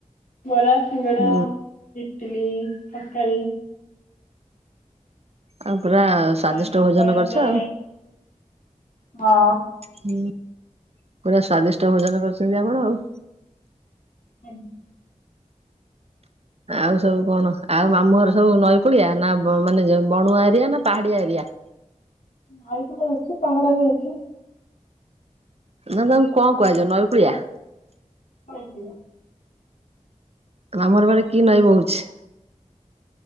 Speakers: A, on the left; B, on the right.
A: ବରା ଶିଙ୍ଗଡ଼ା
B: ହୁଁ
A: ଇଟିଲି ତରକାରୀ
B: ଆଉ ପୁରା ସ୍ଵାଦିଷ୍ଟ
A: ପାନୀୟ
B: ଭୋଜନ
A: ଜଳରେ
B: କରିଛ ଆଉ।
A: ହଁ
B: ହୁଁ ପୁରା ସ୍ଵାଦିଷ୍ଟ ଭୋଜନ କରିଛନ୍ତି ଆପଣ ଆଉ
A: ଆଜ୍ଞା
B: ଆଉ ସବୁ କଣ ଆଉ ମାମୁଁ ଘର ସବୁ ନଈକୂଳିଆ ନା ବ ମାନେ ବଣୁଆ ଏରିଆ ନା ପାହାଡିଆ ଏରିଆ?
A: ଭାଇକୁ ଅଛି ପାହାଡ ବି ଅଛି।
B: ନା ତମକୁ କଣ କୁହାଯାଏ ନଈକୁଳିଆ?
A: କୁଳିଆ
B: ତମର ବଳେ କି ନଇ ବହୁଛି?